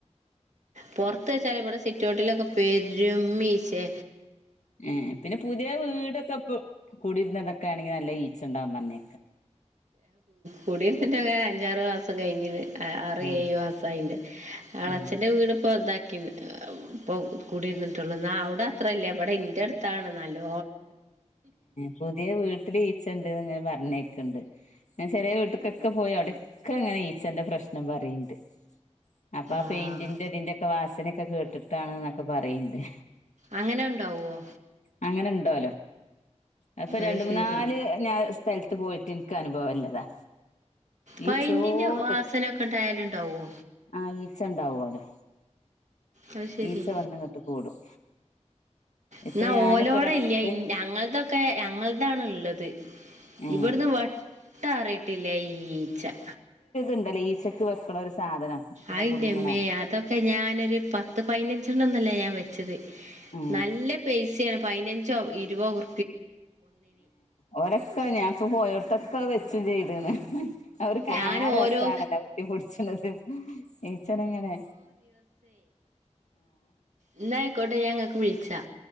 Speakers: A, on the right; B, on the left.
A: പുൊറത്ത് വെച്ചാല് ഇവിടെ സിറ്റോട്ടിലൊക്കെ പെര മീശേ
B: ഉം പിന്നെ പുതിയ വീടൊക്കെ കൂടിരുന്നതൊക്കെ ആണെങ്കിൽ നല്ല ഈച്ച ഉണ്ടാവാൻ പറഞ്ഞ
A: കുടിയരത്തിന്റെൊക്കെ അഞ്ചാറ് മാസം കഴിഞ്ഞത് അറിയേു
B: ഉം
A: അസായിന്റെ ആള
B: ഉം
A: അച്ഛന്റെ വീട്പ്പോൊ ഇതാക്കി ഇൊ കൂടിയിരുന്നിട്ടുള്ളൂ എന്ന അവിടെ അത്ര അല്ലേ അവിടെ എറ അടുത്താണെന്നല്ലോ
B: പുതിയ വീട്ടട്ടില് ണ്ട്ങ്ങെ പറഞ്ഞൊക്കെണ്ട് ചെറിയ വീട്ടക്കൊക്കെ പോയി അവിടെൊക്കെ അങ്ങനെ ന്റെ പ്രശ്നം പറയണ്ട് അപ്പൊ ആ
A: ആഹ്
B: പെയിന്റിന്റെ അതിന്റെൊക്കെ വാസനയൊക്കെ കേട്ടിട്ടാണ് ഒക്കെ പറയണ്ട്േ
A: അങ്ങനെ ഉണ്ടാവുവോ
B: അങ്ങനെ ഉണ്ടോല്ലോ അപ്പൊ രണ്ട
A: അത്
B: മൂന്ന്
A: ശരി
B: നാല് സ്ഥലത്ത് പോയിട്ട് എനിക്ക് അനുഭവല്ലതാ
A: പൈന്റിന്റെ
B: ഈച്ചോട്ട
A: വാസനൊക്കെ ഉണ്ടായാലുണ്ടാവോ
B: ആഹ ഈച്ച ഉണ്ടാവല്ലോ
A: അത് ശരി
B: ഈച്ച വണ്ട കട്ട് കൂടും ഇപ്പൊ
A: എന്നാ
B: ഞാനിപ്പോ
A: ഓലോടെ
B: രണ്ട്
A: ഇല്ല ഞങ്ങൾതൊക്കെ ഞങ്ങൾതാണ് ഉള്ളത്
B: ഏ
A: ഇവിടുന്ന് വട്ടാറിയിട്ടില്ല ഈച്ച
B: ഉണ്ടല്ലേ ഈച്ചയ്ക്ക് വെക്കണ സാധനം പിന്നെ
A: ആയിന്റെമ്മേ
B: കുടുങ്ങണേ
A: അതൊക്കെ ഞാനൊരു പത്ത് പതിനഞ്ചെണ്ണ ഒന്നല്ല ഞാൻ വെച്ചത്
B: ഏ
A: നല്ല പേസിയാണ് പതിനഞ്ചോ ഇരുപോ കു
B: ഓരൊക്കെ ഞാാനപ്പ പോയോടത്തൊക്കെ വെച്ചു ചെയ്തന്ന് അവര് കാണാ
A: ഞാൻ
B: ഒരുസാണല്ലോ
A: ഓരോ
B: ഉട്ടി പൊടിച്ചത് ഈച്ചന എങ്ങനെ
A: എന്ന ആയിക്കോട്ടെ ഞാങ്ങക്ക് വിളിച്ചാ